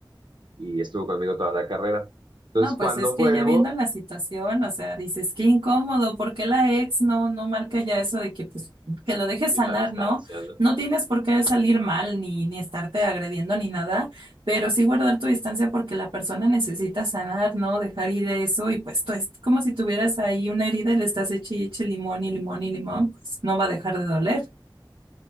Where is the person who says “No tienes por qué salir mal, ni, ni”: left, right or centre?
Right